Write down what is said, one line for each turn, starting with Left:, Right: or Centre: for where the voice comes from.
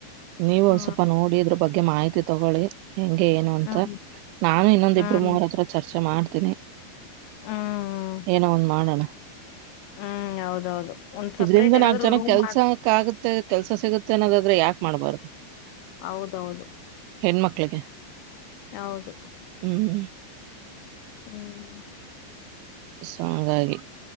Right: ನೀವು
Left: ಹ್ಮ
Right: ಒಂದ್ ಸ್ವಲ್ಪ ನೋಡಿ ಇದ್ರ ಬಗ್ಗೆ ಮಾಹಿತಿ ತಗೊಳ್ಳಿ ಹೆಂಗೆ ಏನು ಅಂತ
Left: ಹ್ಮ್
Right: ನಾನು ಇನ್ನೊಂದ
Left: ಹ್ಮ್
Right: ಇಬ್ಬರು ಮೂವರ ಹತ್ರ ಚರ್ಚೆ ಮಾಡ್ತೀನಿ
Left: ಹ್ಮ್
Right: ಏನ ಒಂದ ಮಾಡೋಣ
Left: ಹ್ಮ್ ಹೌದೌದು ಒಂದ್
Right: ಇದ್ರಂದ
Left: ಸಪ್ರೇಟ್ ಏನಾದ್ರು
Right: ನಾಲ್ಕ್ು ಜನ
Left: ರೂಮ್
Right: ಕೆಲ್ಸಕ್ಕ
Left: ಮಾಡ
Right: ಆಗುತ್ತೆ ಕೆಲ್ಸ ಸಿಗುತ್ತೆ ನ್ನೋದಾದ್ರೆ ಯಾಕೆ ಮಾಡಬಾರ್ದು
Left: ಹೌದೌದು
Right: ಹೆಣ ಮಕ್ಳಿಗೆ
Left: ಹೌದು
Right: ಹ್ಮ್
Left: ಹ್ಮ್
Right: ಸೊ ಹಂಗಾಗಿ